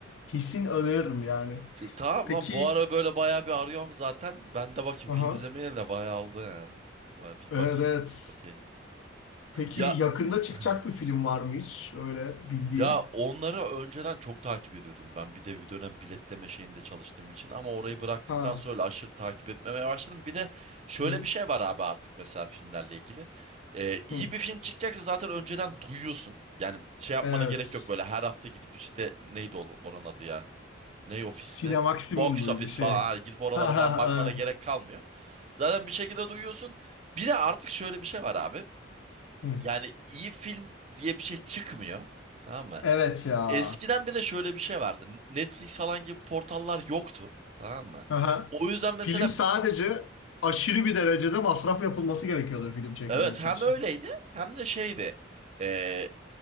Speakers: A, on the left (about 75°); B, on the right (about 35°).
A: kesin öneririm yani.
B: T- Tamam
A: Peki,
B: lan bu ara böyle bayağı bir arıyorum zaten. Ben de bakayım film
A: aha,
B: izlemeye de bayağı oldu yani. Bayağı bir
A: evet
B: bakayım.
A: evet.
B: Okey.
A: Peki
B: Ya
A: yakında çıkacak
B: <laughs>
A: bir film var mı hiç? Öyle bildiğin.
B: Ya onları önceden çok takip ediyordum ben. Bir de bir dönem biletleme şeyinde çalıştığım için ama orayı bıraktıktan
A: Ha.
B: sonra aşırı takip etmemeye başladım. Bir de şöyle
A: Hı,
B: bir şey var abi artık mesela filmlerle ilgili. Ee, iyi
A: hı.
B: bir film çıkacaksa zaten önceden duyuyorsun. Yani şey yapmana
A: Evet.
B: gerek yok böyle her hafta gidip işte neydi o- oranın adı ya? Ney ofisti?
A: Sinemaksimum
B: Box
A: muydu
B: office
A: şey?
B: falan hani gidip oralara
A: Ha
B: falan
A: ha ha.
B: bakmana gerek kalmıyor. Zaten bir şekilde duyuyorsun. Bir de artık şöyle bir şey var abi.
A: Hı.
B: Yani iyi film diye bir şey çıkmıyor. Tamam mı?
A: Evet ya.
B: Eskiden bir de şöyle bir şey vardı. Netflix falan gibi portallar yoktu. Tamam mı?
A: Aha.
B: O yüzden mesela
A: Film sadece aşırı bir derecede masraf yapılması gerekiyordu film çekilmesi
B: evet hem
A: için.
B: öyleydi hem de şeydi. Ee,